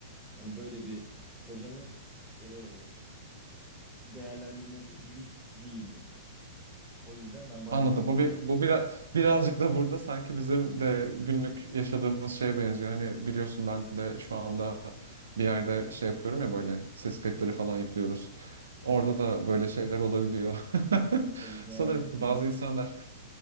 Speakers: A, in the centre; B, on the right (about 85°).
A: Hani böyle bir hocanın e, değerlendirmesi dürüst değildi. O yüzden ben bayağı
B: Anladım. Bu
A: zorlanıyorum.
B: bir, bu biraz birazcık da burada sanki bizim de günlük yaşadığımız şeye benziyor. Hani biliyorsun ben de şu anda bir yerde şey yapıyorum ya böyle ses kayıtları falan yüklüyoruz. Orada
A: Evet.
B: da böyle şeyler olabiliyor.
A: O tabii
B: <laughs>
A: değerlendirmeler
B: Sanırım bazı insanlar